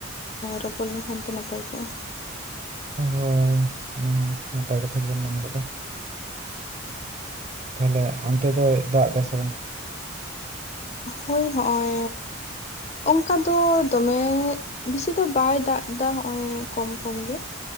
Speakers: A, on the left; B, on the right.
A: ᱨᱚᱯᱚᱲ ᱞᱮᱱᱠᱷᱟᱱ ᱛᱚ ᱱᱟᱯᱟᱭ ᱠᱚᱜᱼᱟ ᱾
B: ᱦᱳᱭ ᱚᱱᱟ ᱦᱚᱸ ᱱᱟᱯᱟᱭ ᱠᱟᱛᱷᱟ ᱜᱮᱵᱮᱱ ᱢᱮᱱ ᱠᱟᱫᱟ᱾ ᱛᱟᱦᱚᱞᱮ ᱚᱱᱛᱮ ᱫᱚᱭ ᱫᱟᱜ ᱫᱟ ᱥᱮ ᱵᱟᱝ᱾
A: ᱦᱳᱭ ᱦᱚᱜᱼᱚᱭ ᱚᱝᱠᱟ ᱫᱚ ᱫᱚᱢᱮ ᱵᱤᱥᱤ ᱫᱚ ᱵᱟᱭ ᱫᱟᱜ ᱮᱫᱟ ᱦᱚᱸᱜᱼᱚᱭ ᱠᱚᱢ ᱠᱚᱢ ᱜᱮ᱾